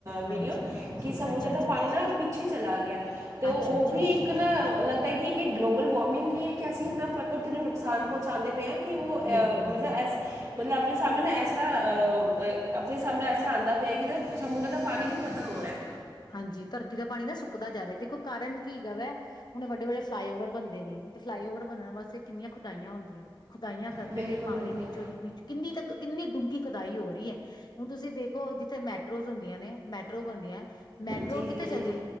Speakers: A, on the right; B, on the left.
A: ਵੀਡੀਓ
B: ਹਾਂਜੀ
A: ਕਿ ਸਮੁੰਦਰ
B: ਅੱਛਾ
A: ਦਾ
B: ਅੱਛਾ
A: ਪਾਣੀ ਨਾ ਪਿੱਛੇ ਚਲਾ ਗਿਆ ਤੇ ਉਹ
B: ਅੱਛਾ ਅੱਛਾ
A: ਵੀ
B: ਅੱਛਾ
A: ਇੱਕ ਨਾ ਲੱਗਦਾ ਕਿ ਕਿ ਗਲੋਬਲ ਵਾਰਮਿੰਗ ਵੀ ਹੈ ਕਿ ਅਸੀਂ ਇਹਨਾਂ ਪ੍ਰਕਿਰਤੀ ਨੂੰ ਨੁਕਸਾਨ ਪਹੁੰਚਾਉਦੇ ਪੇ ਹਾਂ ਕਿ ਉਹ
B: ਬਿਲਕੁਲ
A: ਮਤਲਬ
B: ਜੀ
A: ਐ ਮਤਲਬ ਆਪਣੇ ਸਮਣੇ ਨਾ ਐਸਾ ਇਸ ਤ੍ਹਾਂ ਆਪਣੇ ਸਾਹਮਣੇ ਐਸਰ ਆਉਂਦਾ ਪਿਆ ਕਿ ਨਾ ਸਮੁੰਦਰ ਦਾ ਪਾਣੀ ਵੀ ਖਤਮ ਹੋ ਰਿਹਾ ਹੈ
B: ਹਾਂਜੀ ਧਰਤੀ ਦਾ ਪਾਣੀ ਨਾ ਸੁੱਕਦਾ ਜਾ ਰਿਹਾ ਦੇਖੋ ਕਾਰਨ ਕੀ ਹੈਗਾ ਵਾ ਹੁਣ ਵੱਡੇ ਵੱਡੇ ਫਲਾਈਓਵਰ ਬਣਦੇ ਨੇ ਤੇ ਫਲਾਈਓਵਰ ਬਣਨ ਵਾਸਤੇ ਕਿੰਨੀਆਂ ਖੁਦਾਈਆਂ ਹੁੰਦੀਆਂ ਨੇ ਖੁਦਾਈਆਂ ਕਰਦੇ
A: ਬਿਲਕੁਲ
B: ਨੇ ਪਾਣੀ
A: ਬਿਲਕੁਲ
B: ਨੀਚੋਂ ਦੀ ਨੀਚ ਕਿੰਨੀ ਤੱਕ ਕਿੰਨੀ ਡੂੰਘੀ ਖੁਦਾਈ ਹੋ ਰਹੀ ਹੈ ਹੁਣ ਤੁਸੀਂ ਦੇਖੋ ਜਿੱਥੇ ਮੈਟਰੋਜ਼ ਹੁੰਦੀਆਂ ਨੇ ਮੈਟਰੋ ਬਣਦੀਆਂ ਮੈਟਰੋ
A: ਜੀ ਜੀ
B: ਕਿਤੇ ਚੱਲ
A: ਜੀ ਜੀ